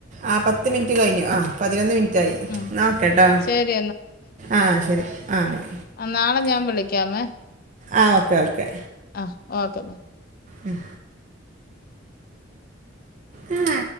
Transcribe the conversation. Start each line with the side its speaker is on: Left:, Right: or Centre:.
Right: ആഹ് പത്ത് മിനിറ്റ് കഴിഞ്ഞു ആഹ് പതിനൊന്ന് മിനിറ്റയി
Left: ഉം
Right: ന്നാൽ ഓക്കെട്ടോ
Left: ശരി
Right: ആഹ് ശരി ആഹ് ബൈ
Left: ആഹ് നാളെ ഞാൻ വിളിക്കാമേ
Right: ആഹ് ഓക്കെ ഓക്കെ
Left: ആഹ് ഓക്കെന്ന
Right: ഉം ഇമ്മ